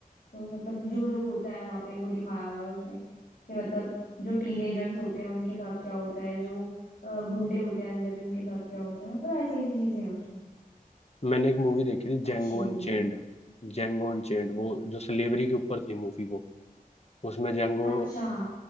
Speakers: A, on the left (about 75°); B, on the left (about 45°).
A: तो मतलब जो जो होता है वहां पे वो दिखाया हुआ है उसमें कि मतलब जो टीनेजर्स होते हैं उनके साथ क्या होता है जो अ, गुंडे होते हैं अंदर ही उनके साथ क्या होता है मतलब ऐसी ऐसी चीजें हैं उसमें
B: मैंने एक मूवी देखी थी जेंगो
A: अच्छी
B: अनचेंड
A: मूवी है वो।
B: जेंगो अनचेंड वो जो स्लेवरी के ऊपर थी मूवी वो उसमें जेंगो
A: अच्छा